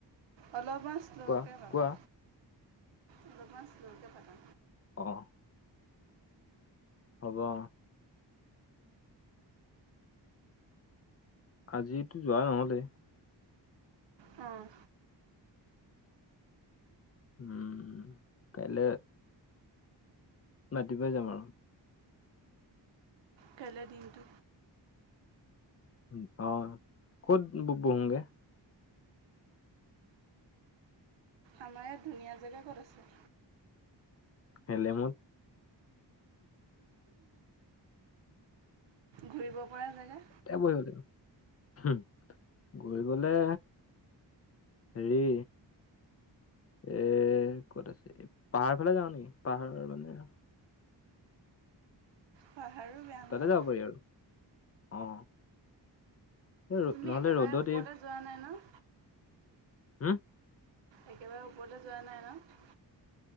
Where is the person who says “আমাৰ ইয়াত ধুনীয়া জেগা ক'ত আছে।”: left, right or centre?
Right